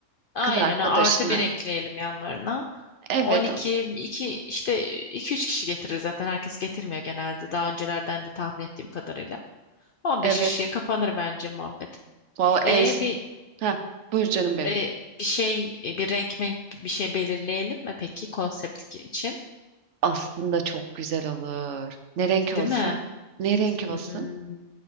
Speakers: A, on the left (about 65°); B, on the right (about 70°).
A: Aynen
B: kız arkadaşını.
A: artı bir ekleyelim yanlarına.
B: Evet,
A: On iki
B: o-
A: 2 işte iki üç kişi getirir zaten. Herkes getirmiyor genelde. Daha öncelerden de tahmin ettiğim kadarıyla. On
B: evet.
A: beş kişiye kapanır bence muhabbet.
B: Vallahi
A: E
B: en
A: bir
B: Ha, buyur canım benim.
A: e, bir şey e, bir renk menk bir şey belirleyelim mi peki konsept için?
B: Aslında çok güzel olur. Ne renk olsun?
A: Değil mi?
B: Ne renk olsun?
A: Hmm,